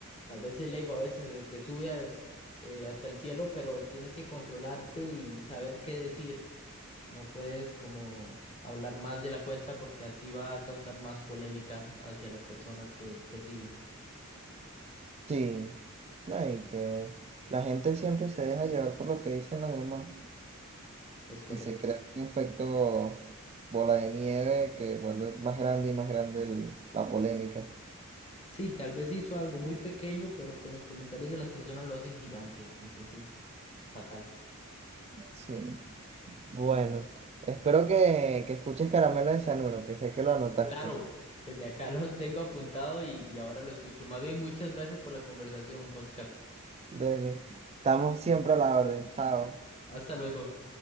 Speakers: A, on the left; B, on the right.
A: Tal vez el ego a veces se te sube al- eh, hasta el cielo, pero tienes que controlarte y saber qué decir. No puedes como hablar más de la cuenta porque así va a causar más polémica hacia las personas que te siguen.
B: Sí, no, y que la gente siempre se deja llevar por lo que dicen los demás
A: Es correcto.
B: y se crea un efecto bola de nieve que vuelve más grande y más grande el- la polémica.
A: Sí, tal vez hizo algo muy pequeño, pero con los comentarios de las personas lo hacen gigante. Entonces, fatal.
B: Sí. Bueno, espero que, que escuches Caramelo de Cianuro, que sé que lo anotaste.
A: Claro, desde acá <laughs> lo tengo apuntado y, y ahora lo escucho. Más bien, muchas gracias por la conversación, Oscar.
B: Dele. Estamos siempre a la orden. Chao.
A: Hasta luego.